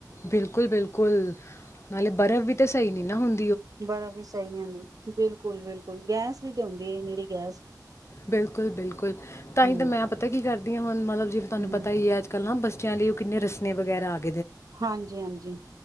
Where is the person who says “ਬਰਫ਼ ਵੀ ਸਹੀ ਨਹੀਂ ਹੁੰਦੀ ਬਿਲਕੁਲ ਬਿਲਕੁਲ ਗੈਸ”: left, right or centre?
Right